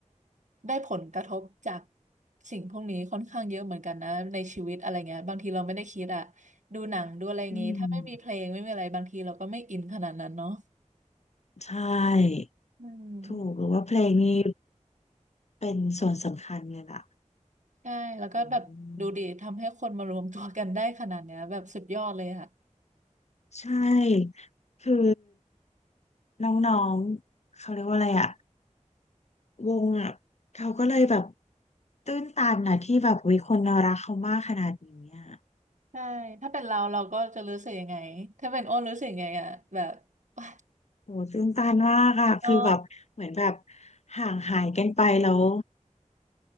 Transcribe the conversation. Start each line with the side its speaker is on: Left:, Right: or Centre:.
Right: ได้ผลกระทบจากสิ่งพวกนี้ค่อนข้างเยอะเหมือนกันนะในชีวิตอะไรเงี้ยบางทีเราไม่ได้คิดอ่ะดูหนังดูอะไรอย่างงี้ถ้าไม่มีเพลงไม่มีอะไรบางทีเราก็ไม่อินขนาดนั้นเนาะ
Left: อืม ใช่
Right: อืม
Left: ถูกหรือว่าเพลงนี้เป็นส่วนสำคัญเลยล่ะ
Right: ใช่แล้วก็แบบดูดีทำให้คนมารวมตัวกันได้ขนาดเนี้ยแบบสุดยอดเลยอะ
Left: อืมใช่คือน้องๆเขาเรียกว่าอะไรอะวงอะเขาก็เลยแบบตื้นตันนะที่แบบวิคนรักเขามากขนาดนี้อะ
Right: ใช่ถ้าเป็นเราเราก็จะรู้สึกยังไงถ้าเป็นอ้นรู้สึกยังไงอะแบบ <laughs> ว้าย
Left: โหตื้นตันมากอะคือแบบเหมือนแบบ
Right: เนาะ
Left: ห่างหายกันไปแล้ว